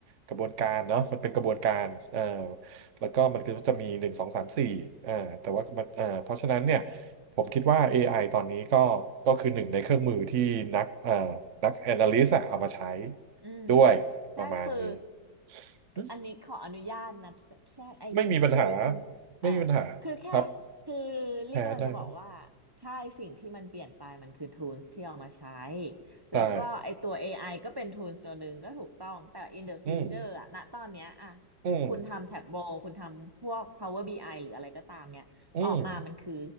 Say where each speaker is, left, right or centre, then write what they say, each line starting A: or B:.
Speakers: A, on the right (about 50°); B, on the right (about 15°).
A: กระบวนการเนาะมันเป็นกระบวนการเอ่อแล้วก็มันก็จะมีหนึ่งสองสามสี่เอ่อแต่ว่ามันเอ่อเพราะฉะนั้นเนี่ย ผมคิดว่า AI ตอนนี้ก็ก็คือหนึ่งในเครื่องมือที่นักเอ่อนัก Analyst อะเอามาใช้
B: อืม
A: ด้วยประมาณนี้
B: ใช่คือ
A: อืม
B: อันนี้ขออนุญาตนะแทรกไอเดียนิดนึงอ่า
A: ไม่มีปัญหาไม่มีปัญหาครับ
B: คือแค่คือ
A: แพ้ได้ครับ
B: ลี่กำลังจะบอกว่าใช่สิ่งที่มันเปลี่ยนไปมันคือ tools ที่เอามาใช้แล้วก็ไอตัว
A: ได้
B: AI ก็เป็น tools ตัวหนึ่งก็ถูกต้องแต่ in the
A: อืม
B: future อะณตอนเนี้ยอะ
A: อืม
B: คุณทำ Tableau คุณทำพวก Power BI หรืออะไรก็ตามเนี่ยออกมามันคือ
A: อืม